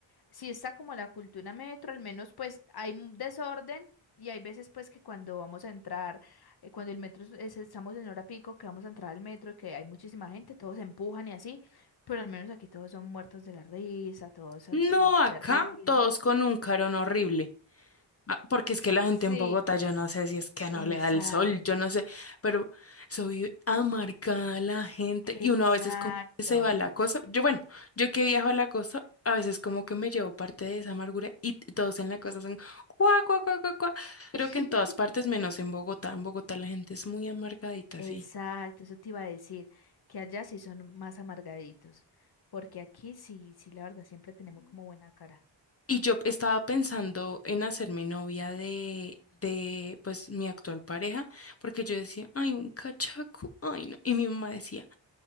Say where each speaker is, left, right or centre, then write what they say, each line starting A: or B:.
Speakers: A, on the left; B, on the left.
A: Sí, está como la cultura metro, al menos pues hay un desorden y hay veces pues que cuando vamos a entrar, eh, cuando el metro es- es- estamos en hora pico, que vamos a entrar al metro, que hay muchísima gente, todos se empujan y así, pero al menos aquí todos son muertos de la risa, todos se,
B: No,
A: la- eh,
B: acá
A: se ríen,
B: todos
A: todo.
B: con un carón horrible. Ah, Porque es que la
A: Sí,
B: gente en Bogotá, yo no sé si es que no
A: esa,
B: le da el sol, yo no sé, pero soy amargada la gente
A: exacto,
B: y uno a veces como que se va a la cosa. Yo, bueno, yo que viajo a la costa, a veces como que me llevo parte de esa amargura y t- todos en la costa son cuá, cuá, cuá, cuá, cuá. Creo
A: <laughs>
B: que en todas partes, menos en Bogotá. En Bogotá la gente es muy amargadita,
A: exacto,
B: sí.
A: eso te iba a decir, que allá sí son más amargaditos, porque aquí sí, sí, la verdad, siempre tenemos como buena cara.
B: Y yo estaba pensando en hacerme novia de, de, pues, mi actual pareja, porque yo decía, ay, un cachaco, ay, no. Y mi mamá decía,